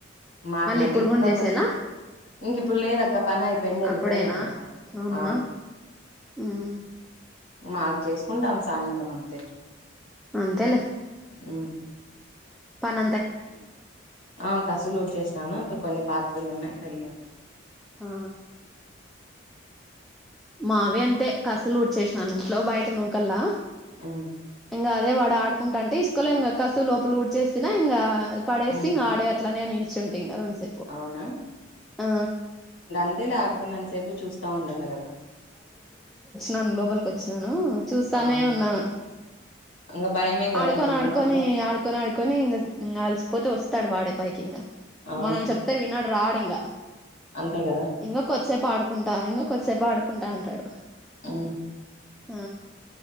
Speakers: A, on the left; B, in the centre.
A: మాట మళ్ళీ
B: ఇప్పుడు
A: ఇంకాక
B: కూడా చేసేలా
A: వస్తే ఇంకిప్పుడు లేదక్క పనయిపోయింది వెలిపోయినార్
B: అప్పుడేనా
A: వాళ్ళు
B: అవునా
A: ఆ
B: ఉమ్
A: మాకు చేసుకుంటాం సాయంత్రం అంతే
B: అంతేలే
A: మ్మ్
B: పన
A: ఆ కసులు ఊడ్ చెసినాను ఇంక కొన్ని పాత్రలు ఉన్నాయి కడిగాారు
B: ఆ మావి అంతే కసలు ఉడ్చేసినాను ఇంట్లో బయట నూకల్లా
A: ఉ
B: ఇంకా అదే వాడ ఆడుకుంట అంటే ఇసుకల్ ఇంకా కసుపు లోపల ఉడ్చేసినా ఇంకా పడేసి
A: మ్మ్
B: ఇంగ ఆడే అట్లనే నిల్చు ఉంటే ఇంకా కొద్ది సేపు
A: అవునా
B: ఆ
A: అంటే ఇలా ఆడుకున్న సేపు చూస్తా ఉండాలి కదా
B: నాన్ లోపలికి వచ్చినాను చూస్తానే
A: ఆ
B: ఉన్నాను
A: ఇంగ భయమే కదా
B: ఆడుకొని
A: ఏమన్నా
B: ఆడుకొని
A: నోట్లో
B: ఆడుకొని ఆడుకొని ఇంక అలిసిపోతే వస్తాడు వాడే పైకి ఇంకా
A: ఆ
B: మనం చెప్తే వినడు రాడు ఇంకా
A: అంతే కదా
B: ఇంక కొద్దిసేపు ఆడుకుంటా ఇంకొ కొద్దిసేపు ఆడుకుంటా అంటాడు
A: ఉ
B: ఆ